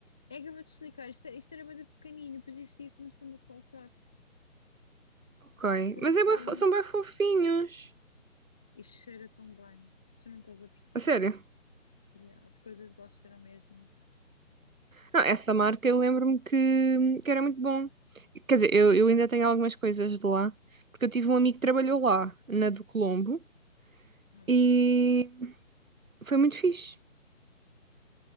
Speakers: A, in the centre; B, on the right.
A: É que eu vou desligar, isto, é- isto era bem pequenino, e depois isto ia começando a saltar.
B: Ok.
A: Conforme
B: Mas é bué fo- são bem fofinhos.
A: isto cheira tão bem. Tu não estás a perceber.
B: A sério.
A: Yeah, As coisas lá cheiram mesmo.
B: Não, essa marca eu lembro-me que, que era muito bom. Quer dizer, eu, eu ainda tenho algumas coisas de lá, porque eu tive um amigo que trabalhou lá, na do Colombo.
A: Ah,
B: e Foi muito fixe.